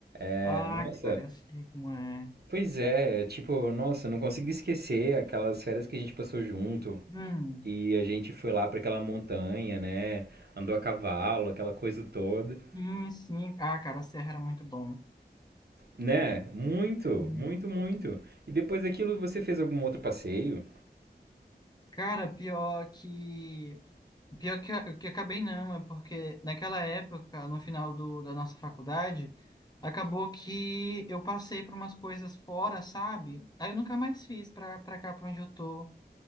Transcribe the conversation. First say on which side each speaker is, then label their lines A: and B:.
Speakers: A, on the right; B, on the left.
A: É,
B: Ah,
A: nossa,
B: cara, eu sei como é.
A: pois é, é, tipo, nossa, não consigo esquecer aquelas férias que a gente passou junto.
B: Hum,
A: E a gente foi lá pra aquela montanha, né? Andou a cavalo, aquela coisa toda.
B: sim, sim. Ah, cara, a Serra era muito bom.
A: Né? Muito,
B: Hum.
A: muito, muito. E depois daquilo você fez algum outro passeio?
B: Cara, pior que. Pior que, eu- que acabei não, é porque naquela época, no final do, da nossa faculdade, acabou que eu passei por umas coisas fora, sabe? Aí eu nunca mais fiz pra, pra cá, pra onde eu tô.